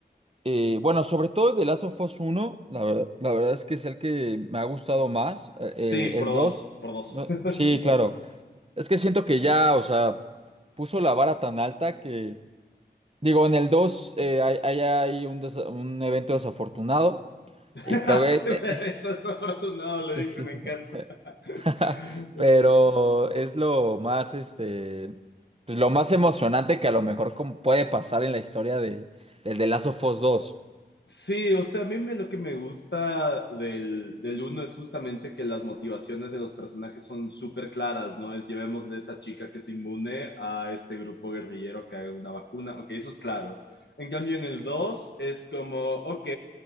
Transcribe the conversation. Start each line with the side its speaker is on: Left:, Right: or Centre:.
Right: eh, bueno, sobre todo de Last of Us 1, la verdad, la verdad es que es el que me ha gustado más. Eh, eh,
Left: Sí, por
Right: el
Left: dos,
Right: 2,
Left: por dos,
Right: no-
Left: <laughs>
Right: sí,
Left: comparto.
Right: claro. Es que siento que ya, o sea, puso la vara tan alta que, digo, en el 2 eh, hay, hay, hay un, desa- un evento desafortunado.
Left: <laughs>
Right: Y pero,
Left: hace
Right: eh, eh,
Left: un evento desafortunado,
Right: <laughs> sí,
Left: le dice,
Right: sí,
Left: me
Right: sí,
Left: encanta.
Right: sí.
Left: <laughs>
Right: <laughs>
Left: me
Right: Pero
Left: encanta.
Right: es lo más, este, pues lo más emocionante que a lo mejor como puede pasar en la historia de, del de Last of Us 2.
Left: Sí, o sea, a mí me- lo que me gusta del, del uno es justamente que las motivaciones de los personajes son súper claras, ¿no? Es llevémosle a esta chica que es inmune a este grupo guerrillero que haga una vacuna, ok, eso es claro. En cambio, en el 2 es como, ok,